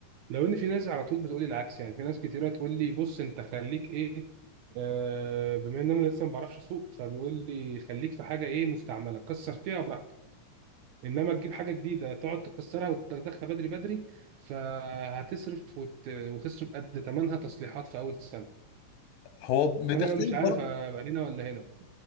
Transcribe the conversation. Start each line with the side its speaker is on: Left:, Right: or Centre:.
Right: لو ان في ناس على طول بتقولي العكس يعني في ناس كتيره تقول لي بص انت خليك ايه آه بما ان انا لسه ما بعرفش اسوق فبيقول لي خليك في حاجه ايه مستعمله كسر فيها براحتك انما تجيب حاجه جديده تقعد تكسرها وتدخلها بدري بدري فهتصرف وت... وتصرف قد ثمنها تصليحات في اول سنه
Left: هو بتختلف
Right: فانا مش عارف
Left: برضه
Right: ابقى هنا ولا هنا